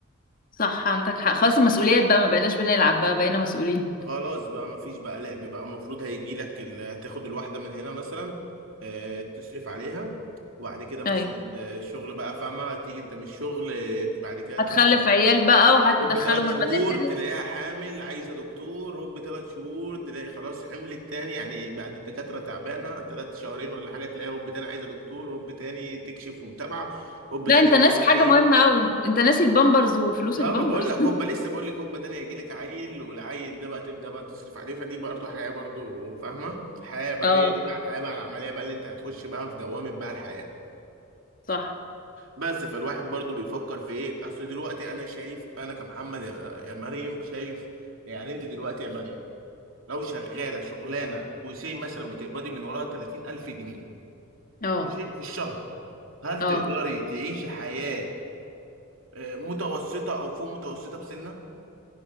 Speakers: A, on the left; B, on the right.
A: صح عندك حق خلاص المسؤوليات بقى ما بقيناش بنلعب بقى بقينا مسؤولين
B: خلاص بقى مفيش بقى لعب بقى المفروض هيجي لك ال- هتاخد الواحدة من هنا مثلا آه، تصرف عليها وبعد كده مثلا
A: ايوه
B: آه، الشغل بقى فاهمة تيجي انت من الشغل آه، بعد كده
A: هتخلف
B: تطبخ
A: عيال بقى وهتدخلهم
B: هوب ثلاث شهور
A: المدارس
B: تلاقيها حامل عايزه دكتور هوب ثلاث شهور تلاقي خلاص حملت تاني يعني بعد الدكاتره تعبانه ثلاث شهرين ولا حاجه تلاقيها هوب تاني عايزه دكتور هوب تاني تكشف ومتابعه هوب
A: لا
B: تاني
A: انت
B: يجي
A: ناسي
B: لك
A: حاجه
B: عيل
A: مهمه قوي انت ناسي البامبرز وفلوس
B: اه
A: البامبرز
B: ما بقول لك هوبا
A: <laughs>
B: لسه بقول لك هوبا تاني هيجي لك عيل والعيل ده بقى تبدا بقى تصرف عليه فدي برضه حياه برضه فاهمه الحياه بقى
A: اه
B: هي دي بقى الحياه بقى العمليه بقى اللي انت هتخش بقى في دوامه بقى الحياه
A: صح
B: بس فالواحد برضه بيفكر في ايه اصل دلوقتي انا شايف انا كمحمد يا يا مريم شايف يعني انت دلوقتي يا مريم لو شغاله شغلانه وسي مثلا بتقبضي من وراها 30000 جنيه
A: اه
B: ماشي في الشهر هل
A: اه
B: تقدري تعيشي حياه آه، متوسطه او فوق متوسطه بسنه